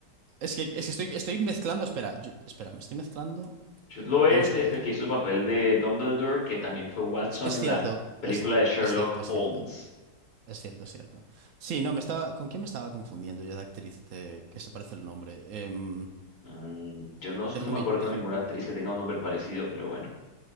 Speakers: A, on the right; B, on the left.
A: es que, es que estoy, estoy mezclando. Espera, Jude- espera, me estoy mezclando.
B: Jude Law es,
A: Dame un segundo,
B: es el
A: ¿eh?
B: que hizo el papel de Dumbledore, que también fue Watson
A: Es
B: en
A: cierto,
B: la película
A: es,
B: de Sherlock
A: es cierto, es
B: Holmes.
A: cierto. Es cierto, es cierto. Sí, no, me estaba. ¿Con quién me estaba confundiendo yo de actriz de que se parece el nombre? Em,
B: Mm, yo no,
A: déjame,
B: no me acuerdo
A: déjame.
B: de ninguna actriz que tenga un nombre parecido, pero bueno.